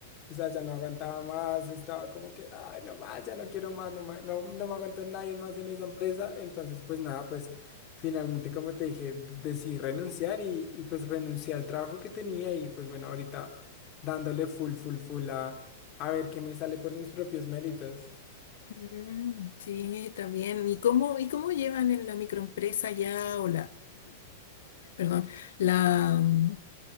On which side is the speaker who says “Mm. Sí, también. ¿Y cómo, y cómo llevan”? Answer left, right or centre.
Left